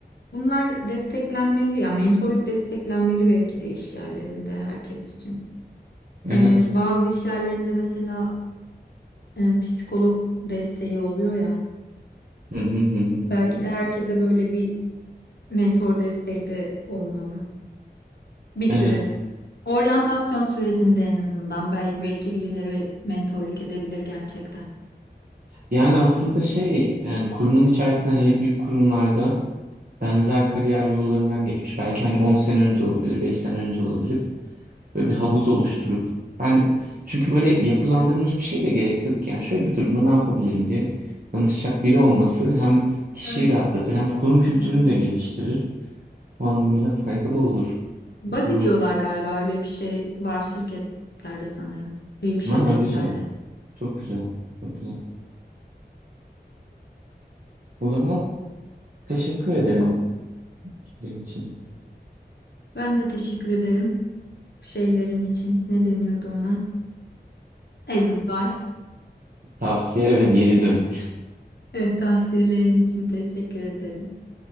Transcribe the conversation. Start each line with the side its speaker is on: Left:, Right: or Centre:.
Left: bunlar desteklenmeli ya mentorluk desteklenmeli belki de iş yerlerinde herkes için.
Right: Evet.
Left: Ee, bazı iş yerlerinde mesela e, psikolog desteği oluyor ya.
Right: Hı hı hı hı.
Left: Belki de herkese böyle bir mentor desteği de olmalı bir süre.
Right: Evet.
Left: Oryantasyon sürecinde en azından belki belki birileri mentorluk edebilir gerçekten.
Right: Yani aslında şey yani kurumun içerisinde hele büyük kurumlarda benzer kariyer yollarından geçmiş. Belki hani 10 sene önce olabilir, 5 sene önce olabilir. Böyle bir havuz oluşturup yani çünkü böyle yapılandırılmış bir şey de gerek yok yani şöyle bir durumda ne yapabilirim diye danışacak biri olması hem kişiyi
Left: Evet.
Right: rahatlatır hem kurum kültürünü
Left: evet.
Right: de geliştirir. Bu anlamıyla faydalı olur.
Left: Buddy
Right: Ha,
Left: diyorlar galiba öyle bir şey var şirketlerde sanırım. Büyük şirketlerde.
Right: ha, güzel. Çok güzel. Çok güzel. O zaman teşekkür ederim fikrin için.
Left: Ben de teşekkür ederim şeylerin için. Ne deniyordu ona? Advice.
Right: Tavsiye ve geri
Left: <laughs> diye.
Right: dönüt.
Left: Evet, tavsiyelerin için teşekkür ederim.